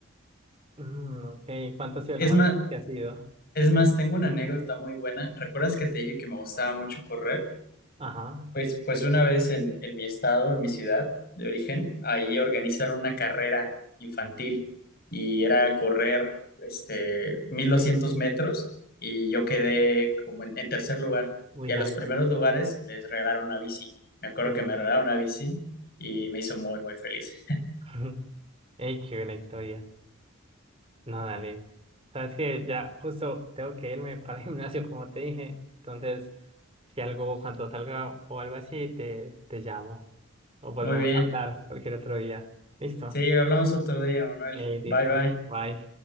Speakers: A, on the right; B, on the left.
A: Mm, ok. ¿Cuánto ha sido
B: Es
A: lo más
B: más,
A: largo que ha sido?
B: es más, tengo una anécdota muy buena. ¿Recuerdas que te dije que me gustaba mucho correr?
A: Ajá.
B: Pues, pues una vez en, en mi estado, en mi ciudad de origen, ahí organizaron una carrera infantil y era correr este, 1200 metros y yo quedé como en, en tercer lugar.
A: Uy,
B: Y a
A: dale.
B: los primeros lugares les regalaron una bici. Me acuerdo
A: Uy.
B: que me regalaron una bici y me hizo muy, muy feliz.
A: <laughs> Ey, qué buena historia. No, dale. Sabes que ya justo tengo que irme <laughs> para el gimnasio, como te dije. Entonces, si algo, cuando salga o algo así, te, te llamo. O volvemos
B: Muy bien.
A: a hablar cualquier otro día. ¿Listo?
B: Sí, hablamos otro día, Manuel.
A: Ey, listo.
B: Bye, bye.
A: Bye.